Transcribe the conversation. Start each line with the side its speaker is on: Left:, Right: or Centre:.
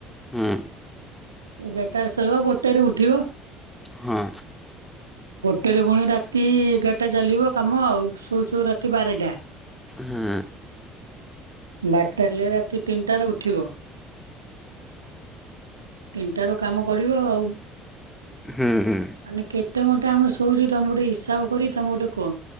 Centre: ହୁଁ
Right: ଏଗାରଟାରେ ଶୋଇବ ଗୋଟେ ରେ ଉଠିବ
Centre: ହଁ
Right: ତେଣେ ପୁଣି ରାତି ଏଗାରଟା ଚାଲିବ କାମ ଆଉ ଶୋଉ ଚଉ ରାତି ବାରଟା
Centre: ହୁଁ,
Right: ବାଟ୍ ତାହାଲେ ରାତି ତିନିଟାରେ ଉଠିବ। ତିନିଟା ରୁ କାମ କଡିବ ଆଉ। ମାନେ
Centre: ହୁଁ ହୁଁ
Right: କେତେ ଘଣ୍ଟା ଆମେ ଶୋଉଚୁ, ତୋମେ ଗୋଟେ ହିସାବ କରି ତୋମେ ଗୋଟେ କୁହ।